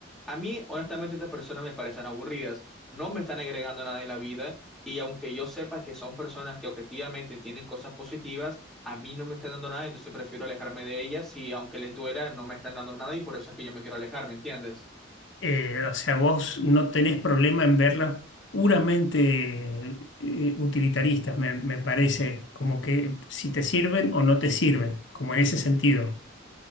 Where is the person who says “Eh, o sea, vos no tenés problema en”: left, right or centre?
Left